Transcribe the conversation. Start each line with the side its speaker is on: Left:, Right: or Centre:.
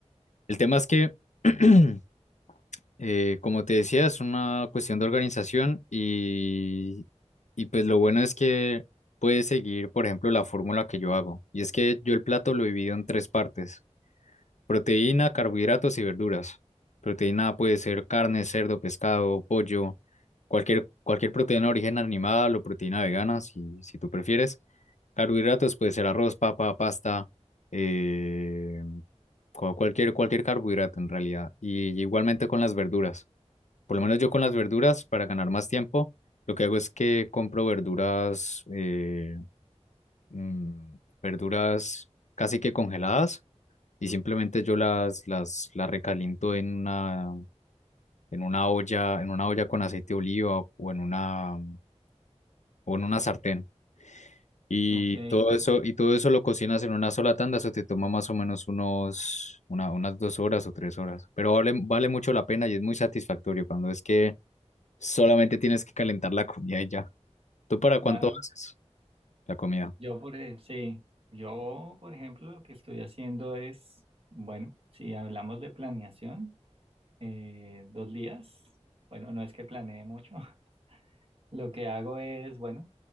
Left: El tema es que <clears throat> Eh, como te decía, es una cuestión de organización y, y pues lo bueno es que puedes seguir, por ejemplo, la fórmula que yo hago. Y es que yo el plato lo divido en tres partes, proteína, carbohidratos y verduras. Proteína puede ser carne, cerdo, pescado, pollo, cualquier, cualquier proteína de origen animal o proteína vegana, si, si tú prefieres. Carbohidratos puede ser arroz, papa, pasta, eh, cual- cualquier, cualquier carbohidrato en realidad. Y igualmente con las verduras. Por lo menos yo con las verduras, para ganar más tiempo, lo que hago es que compro verduras, eh, mm, verduras casi que congeladas y simplemente yo las, las, las recaliento en una, en una olla, en una olla con aceite de oliva o en una, o en una sartén. Y
Right: Ok,
Left: todo eso, y todo eso lo cocinas en una sola tanda, eso te toma más o menos unos, una- unas dos horas o tres horas. Pero vale, vale mucho la pena y es muy satisfactorio cuando es que solamente tienes que calentar la comida y ya. ¿Tú para
Right: claro.
Left: cuánto haces la comida?
Right: Yo por, e- sí, yo por ejemplo, lo que estoy haciendo es, bueno, si hablamos de planeación, eh, dos días. Bueno, no es que planee mucho. <laughs> Lo que hago es, bueno,